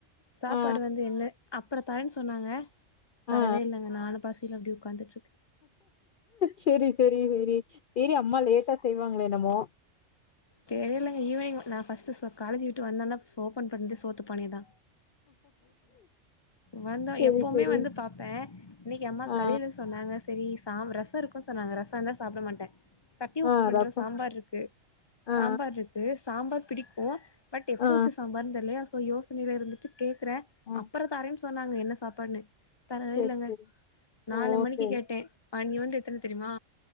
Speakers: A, on the left; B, on the left.
A: சாப்பாடு
B: ஆ
A: வந்து இல்ல அப்றோ தரேன் சொன்னாங்க
B: ஆ
A: தரவே இல்லங்க நானு பசில அப்டியே ஒக்காந்துட்ருக்கே
B: சேரி சேரி சேரி சேரி அம்மா லேட்டா செய்வாங்ளோ என்னமோ
A: தெரிலைங்க ஈவ்னிங் நா ஃபர்ஸ்ட்டு சோ காலேஜு விட்டு வந்தோனே ஃபஸ் ஓபன் பண்ணது சோத்து பானயதா வந்தா
B: செரி
A: எப்போமே
B: செரி
A: வந்து பாப்பே இன்னக்கி அம்மா
B: ஆ
A: காலைல சொன்னாங்க செரி சாம் ர சோருக்கு சொன்னாங்க ரசோலா சாப்ட மாட்டே சட்டி உப்பு
B: ஆ
A: பண்ற
B: ரசம்
A: சாம்பார்ருக்கு சாம்பார்ருக்கு
B: ஆ
A: சாம்பார் பிடிக்கு பட் எப்ப
B: ஆ
A: வச்ச சாம்பார்ன் தெர்லயா சோ யோசனைல இருந்துட்டு கேக்றே
B: ஆ
A: அப்றோ தரேன் சொன்னாங்க என்ன சாப்பாட்னு தரவே
B: செரி
A: இல்லங்க
B: செரி
A: நாலு
B: ஓ
A: மணிக்கு
B: செரி
A: கேட்டே மணி வந்து எத்தன தெரிமா